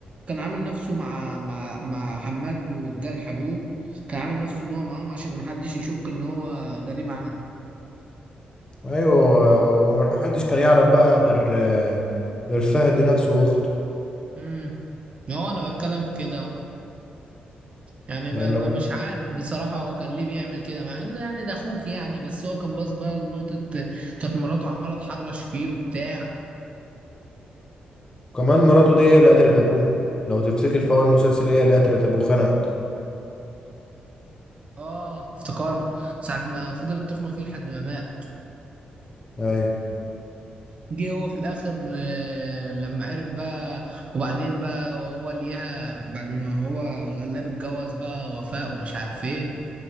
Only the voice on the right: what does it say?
كان عامل نفسه مع مع مع حماد والجرح ابوه كان عامل نفسه ان هو معاهم عشان محدش يشك ان هو غريب عنهم
امم هو انا بتكلم في كده يعني
ب- انا مش عارف بصراحة هو كان ليه بيعمل كده مع ان يعني ده اخوك يعني بس هو كان باص بقى لنقطة كانت مراته عمالة تحرش فيه وبتاع
اه افتكرت ساعة ما فضلت تخنق فيه لحد ما مات
جه هو في الاخر آه، لما عرف بقى وبعدين بقى هو ليها بعد ما هو غلاب اتجوز بقى وفاء ومش عارف ايه